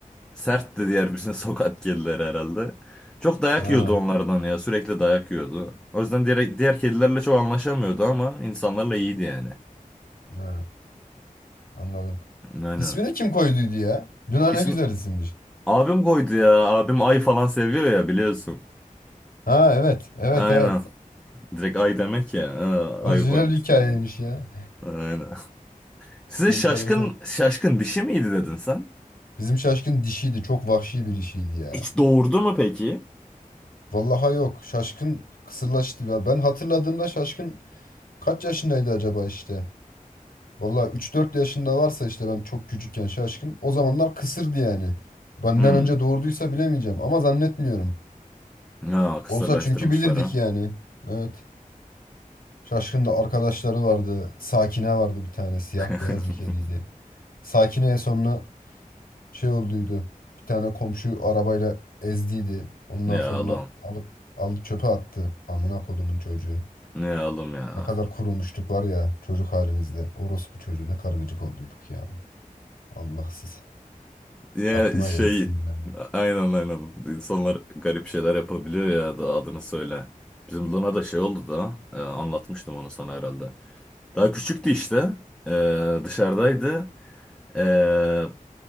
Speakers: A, in the centre; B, on the left (about 85°).
A: sertti diğer bizim <laughs> sokak kedileri herhalde. Çok dayak
B: Ha,
A: yiyordu onlardan ya. Sürekli dayak yiyordu. O yüzden diğer, diğer kedilerle çok anlaşamıyordu ama insanlarla iyiydi yani.
B: ha, anladım.
A: Aynen.
B: İsmini kim koyduydu ya? Luna
A: İsmi,
B: ne güzel isimmiş.
A: Abim koydu ya. Abim ay falan seviyor ya biliyorsun.
B: Ha evet. Evet
A: Aynen.
B: evet.
A: Direkt ay demek ya. Ha,
B: Orijinal
A: ay koymuştu
B: bir hikayeymiş
A: ona.
B: ya.
A: Aynen. <laughs> Size
B: <laughs> Enteresan.
A: şaşkın şaşkın dişi miydi dedin sen?
B: Bizim Şaşkın dişiydi. Çok vahşi bir dişiydi ya.
A: Hiç doğurdu mu peki?
B: Vallahi yok. Şaşkın kısırlaştı ya. Ben hatırladığımda Şaşkın kaç yaşındaydı acaba işte? Vallahi üç dört yaşında varsa işte ben çok küçükken Şaşkın. O zamanlar kısırdı yani. Benden
A: Hmm.
B: önce doğurduysa bilemeyeceğim ama zannetmiyorum.
A: Ya kısırlaştırmışlar
B: Olsa çünkü bilirdik
A: ha.
B: yani. Evet. Şaşkın'da arkadaşları vardı. Sakine vardı bir tane. Siyah
A: <laughs>
B: beyaz bir kediydi. Sakine en sonuna şey olduydu. Bir tane komşu arabayla ezdiydi. Ondan
A: Ne
B: sonra
A: oğlum.
B: alıp aldı çöpe attı. Amına kodumun çocuğu.
A: ne oğlum ya.
B: Ne kadar kurulmuştuk var ya çocuk halimizde. Orospu çocuğu ne kadar gıcık olduyduk ya. Allahsız.
A: Ya
B: Aklıma
A: şey
B: geldi sinirlendim.
A: aynen aynen. İnsanlar garip şeyler yapabiliyor ya da adını söyle. Bizim Luna da şey oldu da e, anlatmıştım onu sana herhalde. Daha küçüktü işte. E, dışarıdaydı. Ee,